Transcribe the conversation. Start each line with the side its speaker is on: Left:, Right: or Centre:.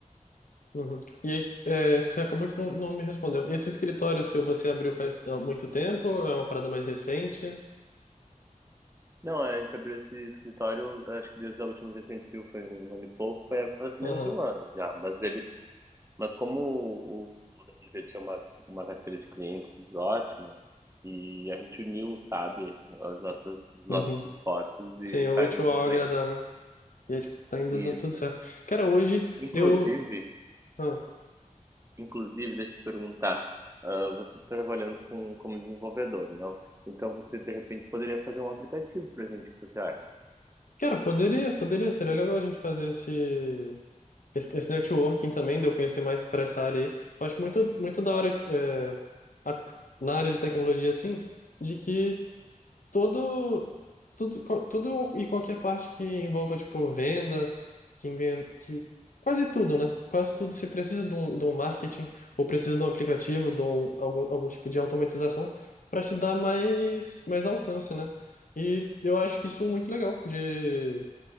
Left: Uhum. E aí, é, você acabou que não, não me respondeu. Esse escritório seu, você abriu faz ah, muito tempo? É uma parada mais recente?
Right: Não, a gente abriu esse escritório, acho que desde a última vez que a gente viu foi um ano e pouco, foi faz menos
Left: Aham.
Right: de um ano já, mas ele Mas como o o Leandro já tinha uma, uma carteira de clientes ótima, e a gente uniu, sabe, as nossas, os nossos
Left: Uhum.
Right: esforços e
Left: Sim, o
Right: tá
Left: útil
Right: indo muito
Left: ao
Right: bem.
Left: agradável. E aí, tipo, tá indo
Right: Isso.
Left: dando tudo certo. Cara, hoje
Right: Inclusive,
Left: eu. ah,
Right: inclusive, deixa eu te perguntar, ah, você está trabalhando com, como desenvolvedor, não? Então você, de repente, poderia fazer um aplicativo pra gente, o que você acha?
Left: Cara, poderia, poderia, seria legal a gente fazer esse, esse, esse networking também, de eu conhecer mais para essa área aí. Eu acho muito, muito da hora, é, a- na área de tecnologia, assim, de que. todo, tudo, co- tudo e qualquer parte que envolva, tipo, venda, que, inven- que quase tudo, né? Quase tudo. Se precisa de um, de um marketing, ou precisa de um aplicativo, de um, algum, algum tipo de automatização, para te dar mais, mais alcance, né? E eu acho que isso é muito legal, de